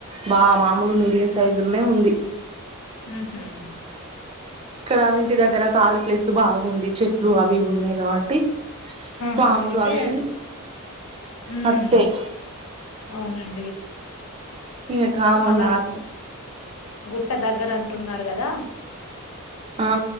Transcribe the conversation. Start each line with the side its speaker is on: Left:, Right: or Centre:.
Right: బా మామూలు మీడియం సైజులోనే ఉంది
Left: మ్మ్ఉహ్మ్
Right: ఇక్కడా వింటి దగ్గర కాలి ప్లేస్ బాగుంది చెట్లు అవి ఇవి ఉన్నాయి కాబట్టి
Left: ఆహా!
Right: పాములు
Left: అందుకే
Right: అవి ఇవి
Left: హ్మ్.
Right: వత్తాయ్
Left: అవునండి
Right: ఇగ కామన్
Left: మళ్ళా
Right: నార్మల్
Left: గుట్ట దగ్గరంటున్నారు గదా
Right: ఆ